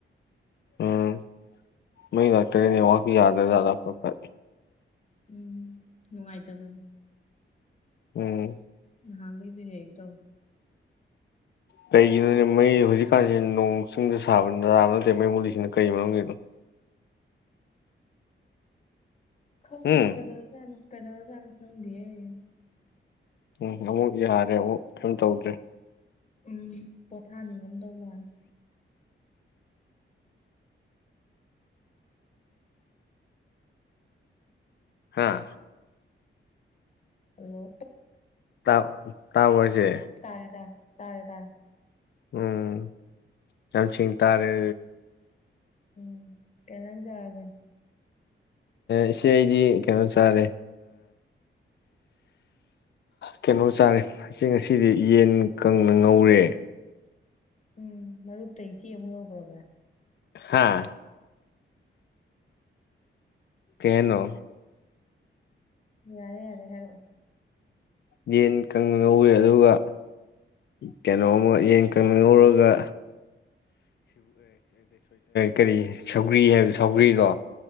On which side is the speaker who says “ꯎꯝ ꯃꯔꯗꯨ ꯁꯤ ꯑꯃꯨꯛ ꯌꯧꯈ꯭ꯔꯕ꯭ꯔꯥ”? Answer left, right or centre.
Left